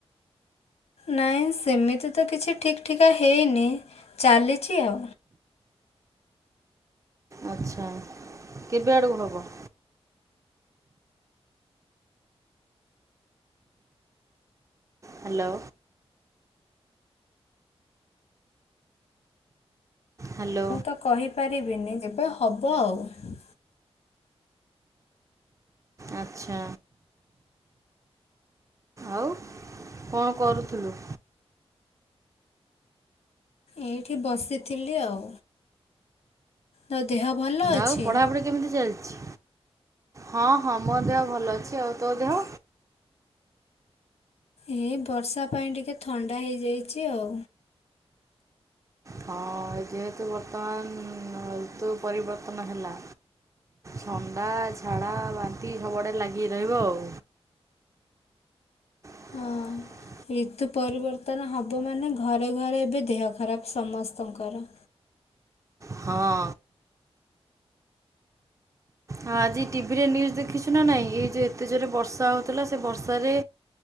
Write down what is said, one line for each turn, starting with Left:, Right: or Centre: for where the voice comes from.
Left: ନାଇଁ ସେମିତି ତ କିଛି ଠିକ୍ ଠିକା ହେଇନି ଚାଲିଛି ଆଉ। ମୁଁ
Right: ଆଚ୍ଛା କେବେ ଆଡ଼କୁ ହେବ। ହ୍ୟାଲୋ। ହ୍ୟାଲୋ।
Left: ମୁଁ ତ କହିପାରିବିନି ଯେବେ ହବ ଆଉ।
Right: ଆଚ୍ଛା ଆଉ କଣ କରୁଥିଲୁ।
Left: ଏଇଠି ବସିଥିଲି ଆଉ ତୋ ଦେହ ଭଲ ଅଛି।
Right: ଆଉ ପଢ଼ାପଢ଼ି କେମିତି ଚାଲିଛି ହଁ ହଁ ମୋ ଦେହ ଭଲ ଅଛି ଆଉ ତୋ ଦେହ।
Left: ଏଇ ବର୍ଷା ପାଇଁ ଟିକେ ଥଣ୍ଡା ହେଇଯାଇଛି ଆଉ।
Right: ହଁ ଯେହେତୁ ବର୍ତ୍ତମାନ ଋତୁ ପରିବର୍ତ୍ତନ ହେଲା। ଥଣ୍ଡା, ଝାଡ଼ା, ବାନ୍ତି ସବୁଆଡ଼େ ଲାଗିକି ରହିବ ଆଉ। <inaudible>
Left: ହଁ ଋତୁ ପରିବର୍ତ୍ତନ ହେବ ମାନେ ଘରେ ଘରେ ଏବେ ଦେହ ଖରାପ ସମସ୍ତଙ୍କର।
Right: ହଁ। ହଁ ଆଜି ଟିଭିରେ ନ୍ୟୁଜ୍ ଦେଖିଛୁ ନା ନହିଁ ଏଇ ଯେଉଁ ଏତେ ଜୋରେ ବର୍ଷା ହେଉଥିଲା ସେ ବର୍ଷାରେ।